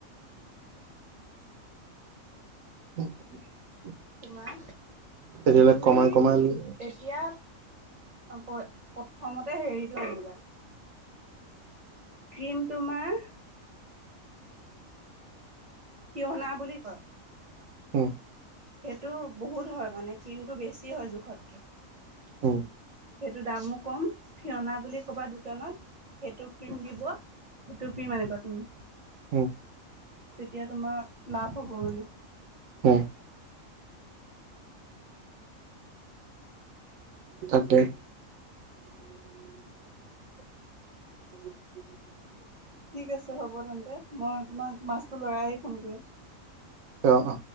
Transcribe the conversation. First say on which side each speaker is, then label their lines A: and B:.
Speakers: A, on the right; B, on the right.
A: <unintelligible>
B: তোমাৰ
A: তেতিয়াহ'লে
B: তুমি
A: কমাই-কমাই লৈ
B: এতিয়া, আ-প্ৰ-প্ৰথমতে হেৰিটো আনিবা ক্ৰীম তোমাৰ ফিহনা বুলি কয়।
A: উম।
B: সেইটো বহুত হয় মানে ক্ৰীমটো বেছি হয় জোখতকে।
A: উম
B: সেইটো দামো কম, ফিয়না বুলি ক'বা দোকানত, সেইটো ক্ৰীম দিব, সেইটো ক্ৰীম আনিবা তুমি।
A: উম।
B: তেতিয়া তোমাৰ লাভ হ'ব মানে।
A: উম তাকে। <inaudible>
B: ঠিক আছে হ'ব তেন্তে। মই তোমাক মাছটো লৰাই আহি ফোন কৰি আছোঁ।
A: অ, অ।